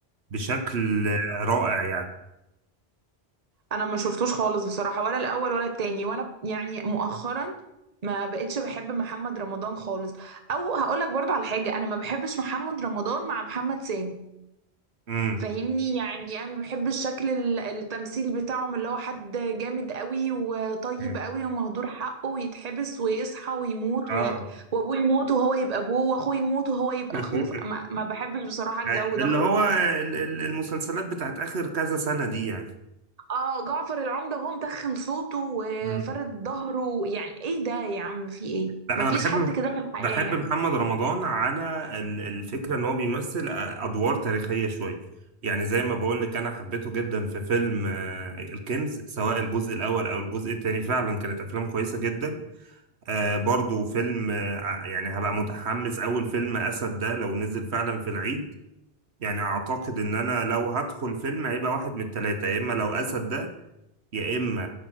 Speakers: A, on the right; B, on the right.
A: بشكل رائع يعني
B: انا ما شفتوش خالص بصراحة ولا الاول ولا التاني وانا يعني مؤخرا ما بقتش بحب محمد رمضان خالص او هقولك برضو على حاجة انا ما بحبش محمد رمضان مع محمد سامي
A: امم
B: فاهمني يعني انا ما بحبش شكل ال- التمثيل بتاعهم اللي هو حد جامد قوي وطيب
A: امم
B: قوي ومهدور حقه ويتحبس ويصحى ويموت
A: اه
B: وي... وابوه يموت وهو يبقى ابوه واخوه يموت وهو يبقى
A: <laughs>
B: اخوه ما... ما بحبش بصراحة الجو
A: أيوة.
B: ده
A: اللي
B: خالص
A: هو ال- ال- المسلسلات بتاعت آخر كذا سنة دي يعني
B: اه جعفر العمدة هو متخن صوته وفرد
A: مم.
B: ظهره يعني ايه ده يا عم في ايه
A: لا
B: مفيش
A: أنا بحب
B: حد
A: مح-
B: كده في الحياة
A: بحب
B: يعني
A: محمد رمضان على ال- الفكرة إن هو بيمثل أدوار تاريخية شوية يعني زي ما بقول لك أنا حبيته جدا في فيلم آه، الكنز سواء الجزء الأول أو الجزء التاني فعلا كانت أفلام كويسة جدا آه، برضو فيلم آه، ع- يعني هبقى متحمس أول فيلم أسد ده لو نزل فعلا في العيد يعني أعتقد إن أنا لو هدخل فيلم هيبقى واحد من التلاتة يا إما لو أسد ده يا اما